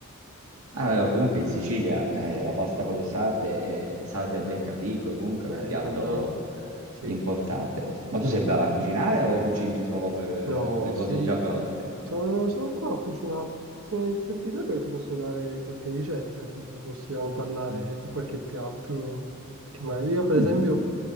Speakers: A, on the right (about 85°); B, on the right (about 75°).
A: Ah, eh, comunque in Sicilia eh, la pasta con le sarde, eh, sarde
B: <laughs>
A: e beccafico, comunque è
B: Eh,
A: un piatto
B: tanta roba. Sì,
A: importante.
B: t-
A: Ma tu sei brava a cucinare o cucini solo per
B: no,
A: le cose
B: sì,
A: già pronte?
B: sono, sono bravo a cucinare. Se, se ti serve ti posso dare qualche ricetta, nel senso possiamo parlare
A: Mm.
B: di qualche piatto. che magari- Io per
A: Mm.
B: esempio,